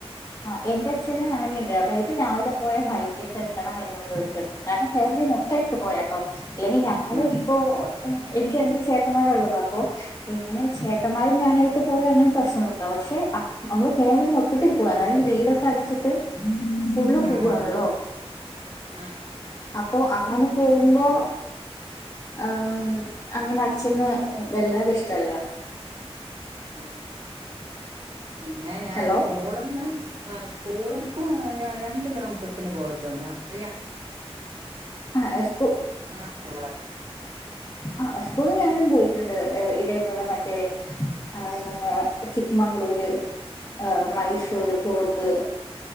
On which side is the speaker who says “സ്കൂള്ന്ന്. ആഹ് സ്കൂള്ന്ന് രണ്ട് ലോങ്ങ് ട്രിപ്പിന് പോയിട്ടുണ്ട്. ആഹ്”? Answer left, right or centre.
Right